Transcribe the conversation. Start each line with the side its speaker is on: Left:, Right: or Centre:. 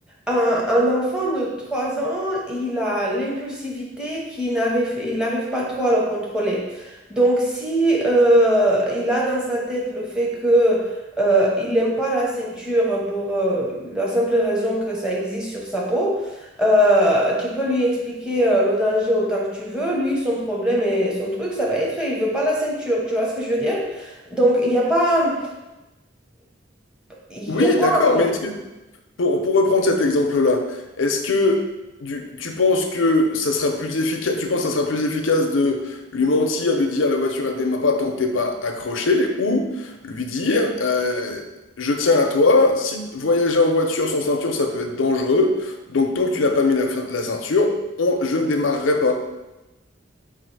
Centre: Un, un enfant de 3 ans, il a l'impulsivité qui n'arrive, il n'arrive pas trop à le contrôler. Donc, si euh, il a dans sa tête le fait que euh, il n'aime pas la ceinture pour euh, la simple raison que ça existe sur sa peau, euh, tu peux lui expliquer euh, le danger autant que tu veux. Lui, son problème et son truc, ça va être, il veut pas la ceinture. Tu vois ce que je veux dire? Donc, il n'y a pas. Il
Left: Oui,
Centre: n'y a pas,
Left: d'accord,
Centre: en fait.
Left: mais est-ce que Pour, pour reprendre cet exemple-là, est-ce que du- tu penses que ça sera plus efficace, tu penses que ça sera plus efficace de lui mentir, lui dire la voiture elle démarre pas tant que t'es pas accroché, ou lui dire euh, je tiens à toi, si voyager en voiture sans ceinture ça peut être dangereux, donc tant que tu n'as pas mis la, la ceinture, on- je ne démarrerai pas.